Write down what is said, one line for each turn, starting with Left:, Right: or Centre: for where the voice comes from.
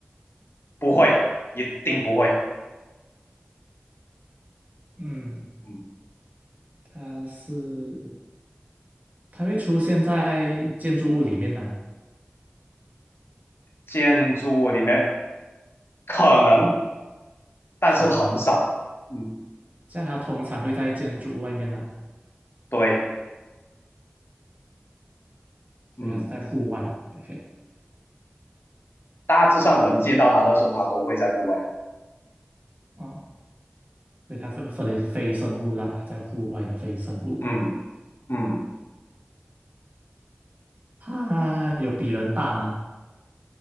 Left: 不会，一定不会，
Right: 嗯，
Left: 嗯，
Right: 它是它会出现在建筑物里面呢、
Left: 建筑物里面可能，但是很少，
Right: 可能的、
Left: 嗯，
Right: 这样它通常会在建筑物外面呢、
Left: 对，嗯，
Right: 所以它是在户外。OK，
Left: 大致上人见到它的时候，它都会在户外。
Right: 哦，所以它是个非非生物啦，在户外的非生物。
Left: 嗯嗯，嗯
Right: 它有比人大吗？